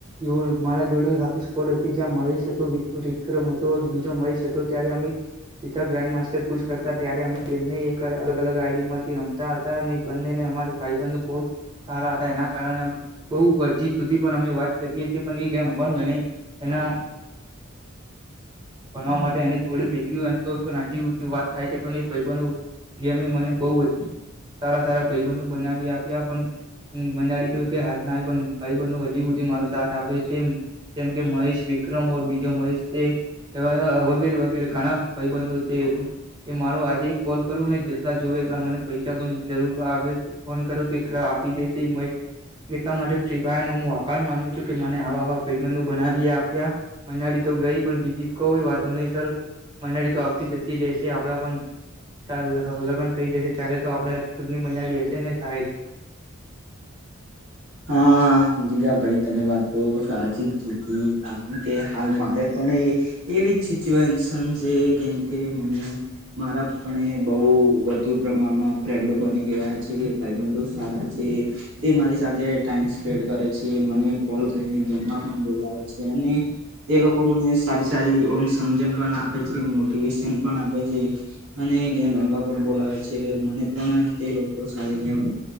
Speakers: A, on the right; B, on the right.
A: એવું મારા જોડ હાખી સ્કોવડ હતી જ્યા મહેશ વિક્રમ હતો બીજો મષ હતો ત્યારે અમે સીધા ગ્રાન્ડ માસ્ટર પુ ત્યારે અમે બને એક અલગ અલગ ગાડી માંથી રમતા હતા અને બંનેને અમારું ભાઈ બંધ બહ સારા હતા એના કારણે બહુ હજી સુધી પણ અમે વાત કરી છી એ ગેમ બન હોય ન એના ભણવા માટે એને છોડી મેલ્યું તો પણ હજી વાત થાય છે પણ એ ભાઈબનો ગેમે મને બહ સારા સારા ભાઈબનો બનાવી આપ્યા પણ મંડી તો હાથ ના પણ ભાઈ બંધ હજી બધી મારો સાથ આપ છે. જેમ કે મહેશ વિક્રમર બીજો મહેશ વગેરે વગેરે ઘણા ભાઈબંધો છે, એ મારો આજ કોલ કરું ને જેટલા જો એટલા મને પૈસા પણ જરૂર આવે ફોન કરો તો એટલે આપી દે છે મ એટલા માટે ફ્રી ફાયરનો હું વાભાર માન છુ, કે મને આવા મ બનાવી આપ્યા મનાડી તો ગઈ પણ બીજી કોઈ વાંધો નહી સર મહિનારી તો આવતી જતી રહેશે આપડા પણ ચાલ લગ્ન થઈ જશે ત્યારે તો આપડણે ખુદ ની મનાડી હશે ને સાહેબ
B: હા. જીગા ભાઈ તમે વાત તો સાચી કીધી કે હાલ મારે પણ એ એવી જ સીચવનસન જે કેમ કે મને મારા પણ બહ વધુ પ્રમાણમાં ફ્રેન્ડો બની ગયા છે ભાઈબંધો સારા છે. તે મારે ટાઈમ સ્પેડ કરે છે મને કોલ કરીને જમવા પણ બોલાવે છે અને તે લોકો લોકો મને સારી સારી ઓમ સમજણ પણ આપે છે મોટિવેશન પણ આપે છે. અને ગેમ રમવા પણ બોલવે છે મને પણ તે લોકો સાથે ગમ બ